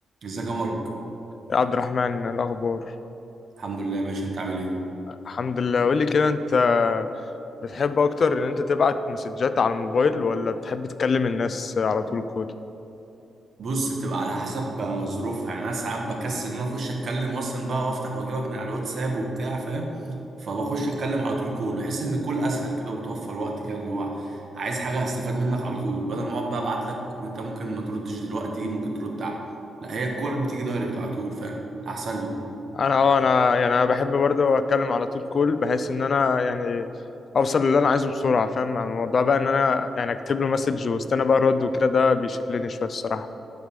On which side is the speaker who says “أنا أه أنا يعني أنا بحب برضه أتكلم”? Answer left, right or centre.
Left